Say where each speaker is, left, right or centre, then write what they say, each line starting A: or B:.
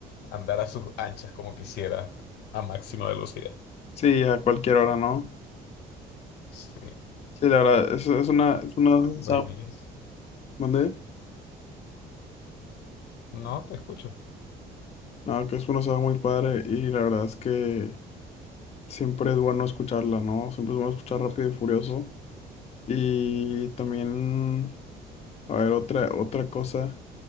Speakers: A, on the left; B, on the left.
A: andar a sus anchas como quisiera a máxima velocidad.
B: Sí, a cualquier hora, ¿no?
A: Sí,
B: Sí, la verdad, es, es una, es una
A: buenísimo.
B: saga, ¿mande?
A: No, te escucho.
B: No, que es una saga muy padre y la verdad es que siempre es bueno escucharla, ¿no? Siempre es bueno escuchar Rápido y Furioso. Y también, a ver, otra, otra cosa,